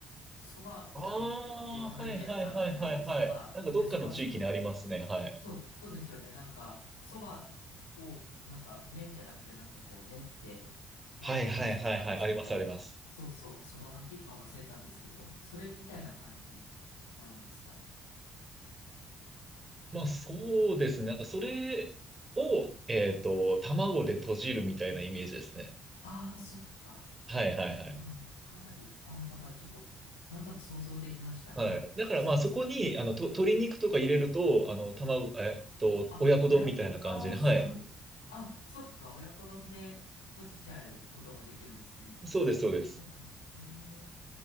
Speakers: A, on the left; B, on the right.
A: 蕎麦を練って食べるやつあるじゃないですか。
B: ああ、はいはいはいはいはい。なんかどっかの地域にありますね。
A: 本当に蕎麦好きな人。
B: はい。
A: そう、そうですよね。なんか、蕎麦を、なんか麺じゃなくて、なんかこう練って、なんていうか忘れたんですけど、
B: はいはいはいはい。あります、あります。
A: そうそう、蕎麦がき、あ、忘れたんですけど、それみたいな感じになるんですかね。
B: まあそうですね。
A: うん。
B: なんかそれを、えっと、卵で閉じるみたいなイメージですね。
A: ああ、そっか。
B: はいはいはい。
A: あ、か、かなり、あ、だからちょっと、なんとなく想像できました。
B: はい。
A: あ、
B: だからまあそこに、
A: そっかそっか。うん
B: あの、と、鶏肉とか入れると、あの、卵、えっと、
A: あ、
B: 親子丼みたいな感じに。
A: 親子。あー、
B: はい。
A: すごい。あ、そっか、親子丼で閉じちゃうこともできるんですね。
B: そうです、そうです。
A: そっかそっか。ええ